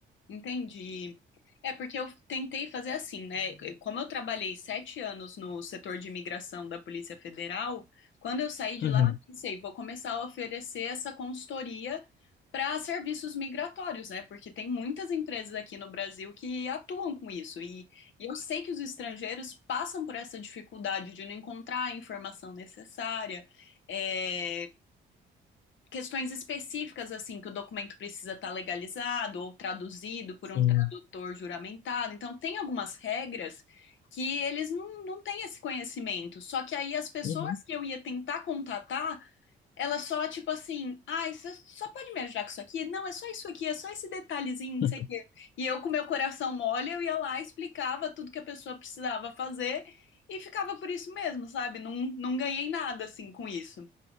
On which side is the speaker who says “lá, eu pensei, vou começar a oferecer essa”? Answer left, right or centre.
Left